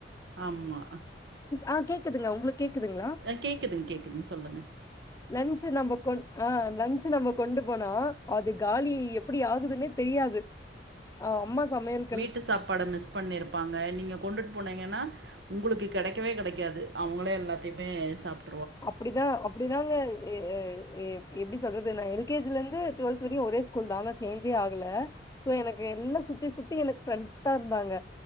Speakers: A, on the right (about 80°); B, on the left (about 20°).
A: ஆமா
B: ஆ கேக்குதுங்க உங்களுக்கு கேக்குதுங்களா
A: அ கேக்குதுங்க கேக்குதுங்க சொல்லுங்க
B: லன்சு நம்ம கொண் ஆ லன்சு நம்ம கொண்டு போனா அது காலி எப்டி ஆகுதுன்னே தெரியாது அவ அம்மா சமையல்
A: ட்டு சாப்பாட மிஸ் பண்ணிருப்பாங்க நீங்க கொண்டுட்டு போனீங்கன்னா உங்களுக்கு கெடைக்கவே கெடைக்காது அவங்களே எல்லாத்தையுமே சாப்
B: அப்டிதா அப்டிதாங்க எ எ எ எப்டி சொல்றது நா எல்கேஜில இருந்து டுவெல்த் வரையு ஒரே ஸ்கூ கூல்தாங்க சேஞ்சே ஆகல சோ எனக்கு எல்லா சுத்தி சுத்தி எனக்கு ஃப்ரெண்ட்ஸ் தா இருந்தாங்க